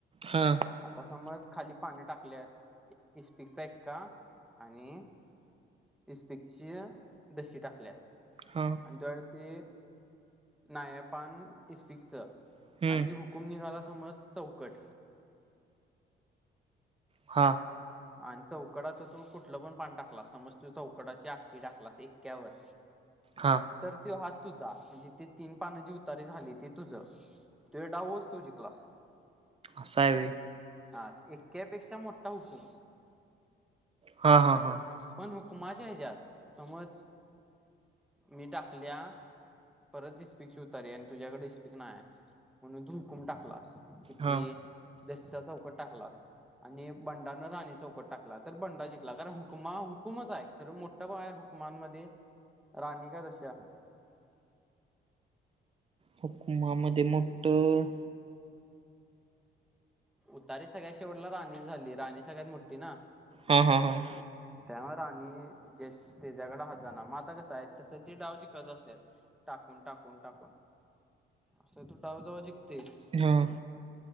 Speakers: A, on the right; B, in the centre.
A: हा.
B: आता समज, खाली पानं टाकल्यात, इस्पिकचा एक्का आणि इस्पिकची देशी टाकल्या.
A: हां.
B: तर ते नायपान इस्पिकच आणि
A: हम्म
B: ती हु हुकुम निघाला समज चौकट
A: हा
B: आणि चौकडाचं तू कुठलं पण पान टाकलास समज तू चौकडाची आगती टाकलास एक्यावर
A: हा.
B: तर तेव हात तुझा म्हणजे ते तीन पानं जी उतारी झाली ते तुझं. तुझा डावच तु जिंकलास
A: असावे
B: हा एक्यापेक्षा मोठा हुकुम
A: हा हा हा.
B: पण हुकमाच्या हेज्यात समज मी टाकल्या परत स्पीक ची उतारी आणि तुझ्याकडे इस्पीक नाय आहे म्हणून तू हुकूम टाकलास किती
A: हा
B: दस्या चौकट टाकला आणि बंडानं राणी चौकट टाकला तर बंडा जिंला कारण हुकमा हुकुमच आहे खरं मोठं बा आहे हुकमांमध्ये राणी का दस्या
A: हुकुमामध्ये मोठं
B: उतारी सगळ्यात शेवटला राणी झाली राणी सगळ्यात मोठी ना.
A: हां हां हां.
B: त्या राणी ज्याच तिझ्याकडे हात जाणार म आता कसं आहे तसं ती डाव जीकत असते. टाकून टाकून टाकून असं तू डाव जावा जीकतेस.
A: हां.